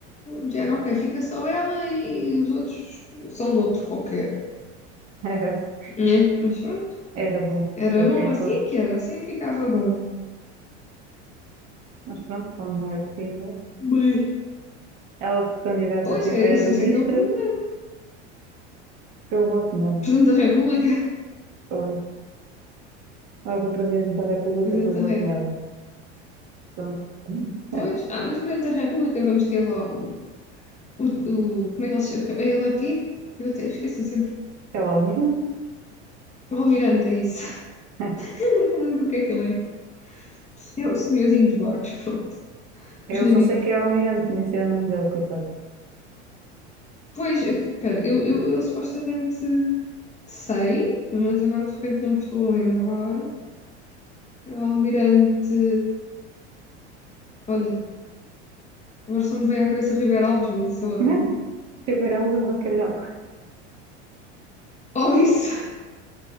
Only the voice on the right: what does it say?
<laughs>
Era bom
que assim
fosse,
mas pronto, como não é possível.
Ela se candidata
a primeira-ministra,
eu voto nela.
Ou Ela é o presidente da República,
eu voto
nela. Pronto. <laughs>
É o Almirante.
<laughs>
Eu
só sei que é o Almirante, nem sei o nome dele, coitado.
<laughs> Figueiredo do Bacalhau.